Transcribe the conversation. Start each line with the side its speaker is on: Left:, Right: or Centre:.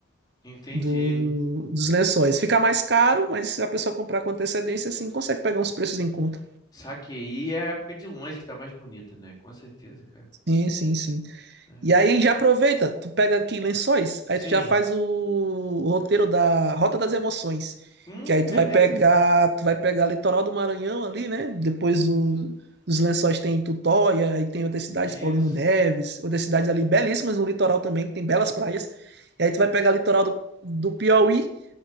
Left: entendi.
Right: do- dos lençóis. Fica mais caro, mas se a pessoa comprar com antecedência, assim, consegue pegar uns preços em conta.
Left: Saquei é a época de longe que tá mais bonita, né? Com certeza, cara.
Right: Sim, sim, sim.
Left: É.
Right: E aí já aproveita, tu pega aqui Lençóis, aí
Left: Sim.
Right: tu já faz o, o roteiro da Rota das Emoções,
Left: Hum,
Right: que aí tu
Left: beleza.
Right: vai pegar, tu vai pegar litoral do Maranhão ali, né? Depois o- os Lençóis tem Tutóia, aí tem outras cidades,
Left: Isso.
Right: Paulino Neves, outras cidades ali belíssimas no litoral também, que tem belas praias. E aí tu vai pegar litoral do, do Piauí